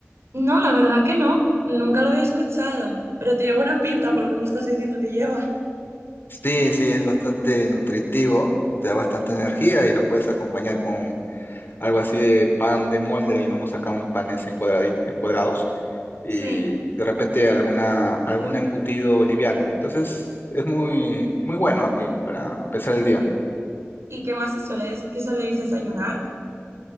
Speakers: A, on the right; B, on the left.
A: No, la verdad que no, nunca lo había escuchado, pero tiene buena pinta por lo que me estás diciendo que lleva.
B: Sí, sí, es bastante nutritivo, te da bastante energía y lo puedes acompañar con algo así de pan de molde, le llamamos acá unos panes en cuadradi- en cuadrados y
A: Sí,
B: de repente alguna, algún embutido liviano. Entonces, es muy, muy bueno aquí para empezar el día.
A: ¿y qué más se suele, qué soléis desayunar?